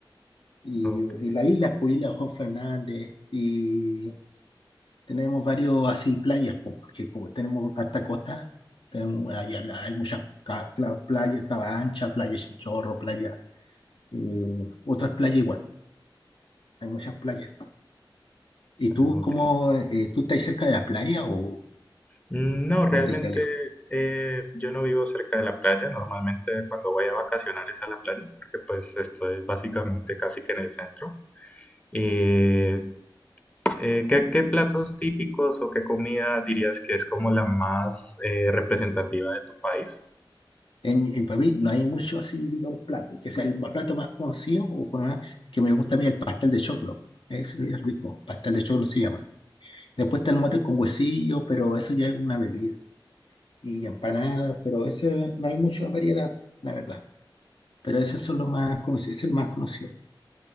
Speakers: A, on the left (about 70°); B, on the left (about 15°).
A: y,
B: Ok,
A: y las islas, pues Isla Juan Fernández, y Tenemos varios así playas, po, porque como tenemos harta costa, tenemos allá hay muchas ca- cla- playas, Cabancha, playa Chinchorro, playa, eh, otras playas igual, hay muchas playas. ¿Y tú
B: ah, ok.
A: cómo, eh, tú estás cerca de la playa o,
B: No,
A: o
B: realmente
A: te quedas lejos?
B: eh, yo no vivo cerca de la playa. Normalmente cuando voy a vacacionar es a la playa, porque pues estoy básicamente casi que en el centro. Eh, eh, ¿qué, qué platos típicos o qué comida dirías que es como la más eh, representativa de tu país?
A: En, en Pavil no hay mucho así, digamos, plato, que sea el más- plato más conocido o con- una- que me gusta a mí el pastel de choclo. Ese es rico, pastel de choclo se llama. Después está el mote con huesillo, pero eso ya es una bebida. y empanadas, pero ese no hay mucha variedad, la verdad. Pero esos son los más conocidos, es el más conocido,